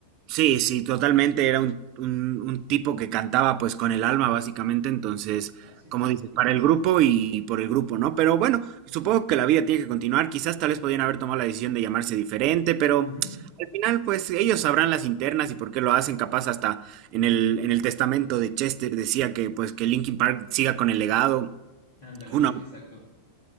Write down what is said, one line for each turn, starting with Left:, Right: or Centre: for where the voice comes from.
Right: Sí, sí, totalmente. Era un, un, un tipo que cantaba pues con el alma, básicamente. Entonces,
Left: así
Right: como
Left: es.
Right: dices, para el grupo y por el grupo, ¿no? Pero bueno, supongo que la vida tiene que continuar. Quizás tal vez podían haber tomado la decisión de llamarse diferente, pero
Left: Ujú.
Right: al final, pues ellos sabrán las internas y por qué lo hacen. Capaz hasta en el, en el testamento de Chester decía que pues que Linkin Park siga con el legado.
Left: Ándale,
Right: uno.
Left: sí, exacto.